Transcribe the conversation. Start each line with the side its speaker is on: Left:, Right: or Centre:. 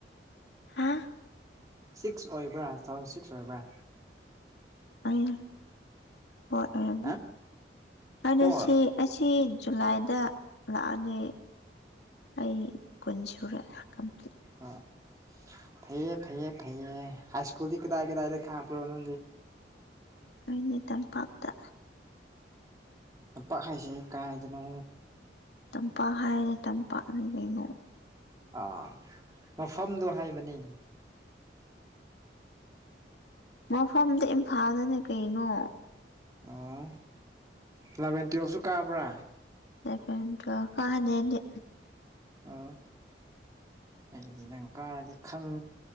Left: ꯍꯥ
Right: ꯁꯤꯛꯁ ꯑꯣꯏꯕ꯭ꯔꯥ ꯇꯨ ꯊꯥꯎꯖꯟ ꯁꯤꯛꯁ ꯑꯣꯏꯕ꯭ꯔꯥ
Left: ꯑ ꯍꯣꯏ ꯑꯣꯏꯔꯝꯅꯦ
Right: ꯍꯥ
Left: ꯑꯗꯨ
Right: ꯐꯣꯔ
Left: ꯁꯤ ꯑꯁꯤ ꯖꯨꯂꯥꯏꯗ ꯂꯥꯛꯑꯅꯤ ꯑꯩ ꯀꯨꯟ ꯁꯨꯔꯦ ꯀꯝꯄ꯭ꯂꯤꯠ
Right: ꯑꯣ ꯐꯩꯌꯦ ꯐꯩꯌꯦ ꯐꯩꯌꯦ ꯍꯥꯏ ꯁ꯭ꯀꯨꯜꯗꯤ ꯀꯗꯥꯏ ꯀꯗꯥꯏꯗ ꯈꯥ ꯄꯨꯔꯣꯅ
Left: ꯅꯤ ꯇꯝꯄꯥꯛꯇ
Right: ꯂꯝꯄꯥꯛ ꯍꯥꯏꯁꯦ ꯀꯥꯏꯗꯅꯣ
Left: ꯇꯝꯄꯥꯛ ꯍꯥꯏꯔꯦ ꯇꯝꯄꯥꯛꯅ ꯀꯅꯣ
Right: ꯑꯥ ꯃꯐꯝꯗꯣ ꯍꯥꯏꯕꯅꯤ
Left: ꯃꯐꯝꯗ ꯏꯝꯐꯥꯜꯗꯅꯦ ꯀꯩꯅꯣ
Right: ꯑꯣ ꯑꯦꯂꯚꯦꯟ ꯇꯨꯌꯦꯦꯜꯐꯁꯨ ꯀꯥꯕ꯭ꯔꯥ
Left: ꯐꯇ ꯀꯍꯗꯗꯤ
Right: ꯑꯣ ꯑꯩꯗꯤ ꯅꯪ ꯀꯥꯔꯗꯤ ꯈꯪ